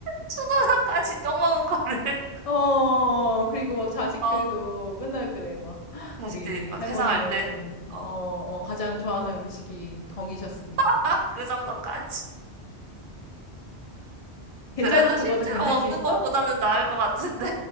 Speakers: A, on the right; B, on the left.
A: 수도사까지 <laughs> 떡 먹은 거를 <laughs>
B: 어, 그리고 막 자식들도
A: 어,
B: 맨날 그래, 막.
A: 자식들이
B: 우리
A: 막
B: 할머니는,
A: 회상할 때 어,
B: 어, 어, 가장 좋아하는 음식이 덩이셨습니다.
A: <laughs> 그 정도까지.
B: 괜찮아?
A: 그래도 실제로
B: 그거 다 견딜
A: 먹는
B: 수 있어?
A: 것보다는 나을 것 같은데.